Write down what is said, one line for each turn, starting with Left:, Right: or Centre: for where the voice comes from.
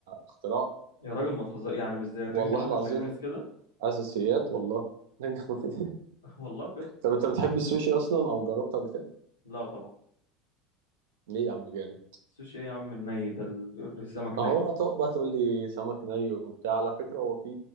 Right: اختراع
Left: يا راجل ما تهزر يعني مش زي الرنجة
Right: والله
Left: اللي
Right: العظيم
Left: بالمايونيز كده
Right: اساسيات والله <laughs>
Left: <laughs> والله بجد
Right: طب انت بتحب السوشي اصلا او جربته قبل كده
Left: لا طبعا
Right: ليه يا عم جامد
Left: السوشي ايه يا عم الني ده ال- السمك
Right: اهو
Left: ني
Right: هتقعد بقى تقول لي سمك ني وبتاع على فكرة هو في